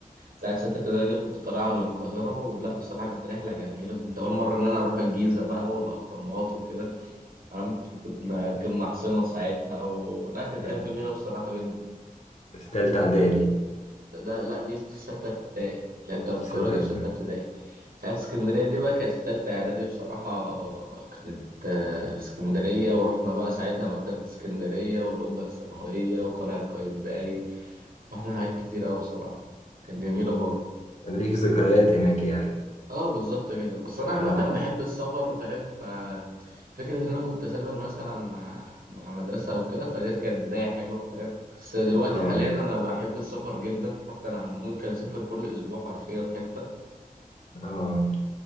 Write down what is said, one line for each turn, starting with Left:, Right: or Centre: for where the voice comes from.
Right: بتاعت ستة ابتدائي دي كنت طالعها للقاهرة ولا بصراحة كانت رحلة جميلة كنت أول مرة إن أنا أروح الجيزة بقى والأهرامات وكده تمام وكنا ركبنا حصينة ساعتها ولا كانت
Left: <laughs>
Right: أيام جميلة بصراحة جدا
Left: في تالتة إعدادي
Right: ده لا دي في ستة ابتدائي لا بتاعت القاهرة
Left: ستة
Right: دي في ستة ابتدائي بتاعت اسكندرية دي بقى كانت في تالتة إعدادي بصراحة كانت آه، في اسكندرية ورحنا بقى ساعتها مكتبة اسكندرية والقبة السماوية وقلعة قايتباي رحنا حاجات كتير أوي بصراحة كانت جميلة برضه
Left: ليك ذكريات هناك يعني
Right: اه بالظبط كده بس انا
Left: اه
Right: عامه بحب السفر فاهم ف فكره ان انا كنت اسافر مثلا مع مع مدرسه او كده فدي كانت بدايه حلوه فاهم بس دلوقتي
Left: اه
Right: حاليا انا بحب السفر جدا حتى انا ممكن اسافر كل اسبوع حرفيا حته
Left: اه